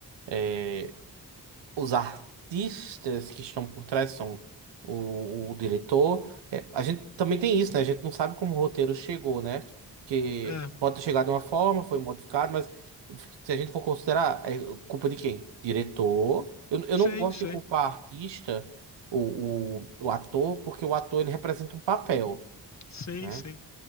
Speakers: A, on the right (about 75°); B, on the left (about 40°).
A: É, os artistas que estão por trás são o, o diretor. É, a gente também tem isso, né? A gente não sabe como o roteiro chegou, né? Que
B: É,
A: pode ter chegado de uma forma, foi modificado, mas se a gente for considerar, é culpa de quem? Diretor. Eu, eu
B: sim,
A: não gosto
B: sim.
A: de culpar artista, o, o, o ator, porque o ator ele representa um papel,
B: Sim,
A: né?
B: sim.